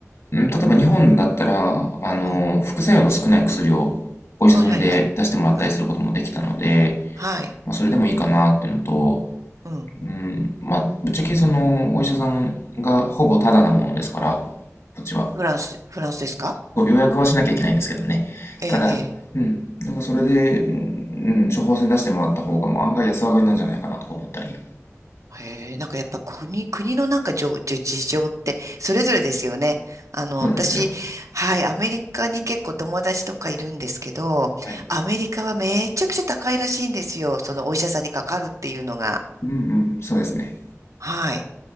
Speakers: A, on the left; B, on the right.
A: うん例えば日本だったら、あの、
B: うん。
A: 副作用の少ない薬をお医者さんで出してもらったりすることもできたので、
B: あはいはい。うん。はい。
A: まあ、それでもいいかなっていうのと、
B: うん。
A: うん、まあ、ぶっちゃけその、お医者さんがほぼタダなものですから、こっちは。
B: フランス、フランスですか
A: そう予約はしなきゃいけないんですけどね。
B: ええ、
A: ただ、
B: ええ。
A: うん。なんかそれで、うん、処方箋出してもらった方がもう案外安上がりなんじゃないかなとか思ったり。
B: へえ、なんかやっぱ国、国のなんかじょじ事情ってそれぞれですよね。あの、
A: そうなんですよ。
B: 私、はい、アメリカに結構友達とかいるんですけど、
A: はい。
B: アメリカはめちゃくちゃ高いらしいんですよ。そのお医者さんにかかるっていうのが。
A: うんうん、そうですね。
B: はい。